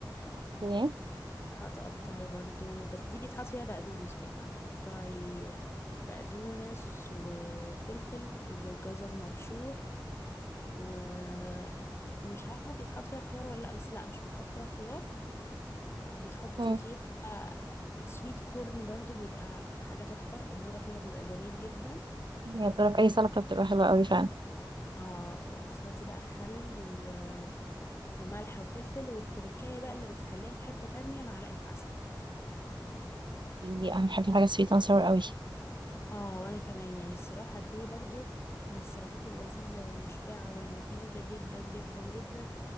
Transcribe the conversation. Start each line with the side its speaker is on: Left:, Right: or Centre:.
Right: اوكي
Left: هتقطعي برضو بس دي بيتحط فيها بقدونس بقى هتقطعي بقدونس وفلفل وجزر مبشور ومش عارفة بيتحط فيها خيار ولا لأ بس لأ مش بيتحط فيها خيار بتحطي
Right: مم.
Left: فيها سويت كورن برضو بيبقى حاجة تحفة الذرة فيها بيبقى جميل جدا
Right: هي بتعرف اي سلطه بتبقى حلوه قوي فعلا
Left: اه وبتحطي بقى خل و... وملح وفلفل والتركاية بقى اللي بتخليها في حتة تانية معلقة عسل
Right: دي- انا بحب الحاجه سويت اند sour قوي
Left: اه وانا كمان يعني الصراحة دي برضو من السلطات اللذيذة والمشبعة والمفيدة جدا جدا جدا